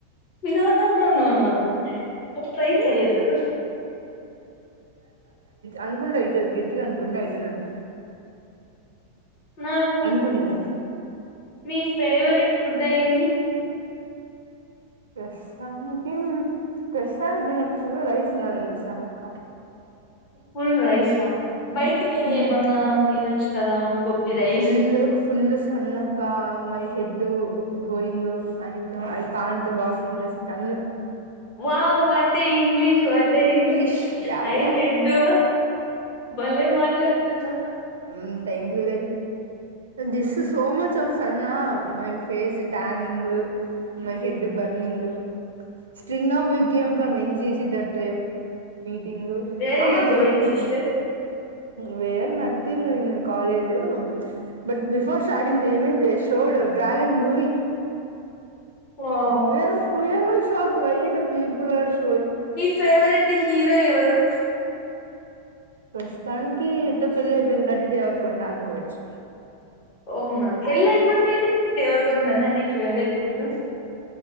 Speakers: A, on the left; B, on the right.
A: వినోద నో నోట్రై
B: మ్మ్
A: చెయదు
B: అందకుం అయితు గట్టిగా అనుకుం అయితుందన్న
A: నాకు
B: అనుకునేదా
A: మీ ఫేవరెట్ ఫుడ్ ఏది
B: దానికి ప్రస్తుతానికి ప్రస్తుతానికి నాకు ఫుల్ రైస్ కలవాలి అనిపిస్తానంది క్క
A: ఫుల్ రైసా బయటికెళ్ళి ఏమన్నా
B: మ్
A: తినొచ్చు కదా గోపి రైస్
B: ఫుల్ ఫుల్ సన్నక my head E going I do I can't walk చిన్న స్ తన్న
A: వా what a English what a
B: English
A: English
B: yeah
A: అయి
B: యా
A: చెడ్డూ భలేె మాట్లాడుతున్నావ్
B: మ్ thank thank you, this so much of sun హా my face tanning, my head burning, still game from M C C that thing
A: where
B: are
A: you గోయింగ్
B: ఇది
A: సిస్టర్
B: వేర్ నత్తీంగ్ ఇంగ college but before starting the even దేశ్ చూడు dragon movie
A: wow
B: VR VR all so white peoples
A: నీ ఫేవరెట్ హీరో ఎవరు
B: ప్రస్తుతానికి ఎట్ట పెళ్లి అయిపోయింది కాబట్టి దేవరకొండ అనుకోవచ్చు
A: అవునా పెళ్లి అయిపోతేనేమీ దేవరికొండనా నీ ఫేవరెట్ హీరో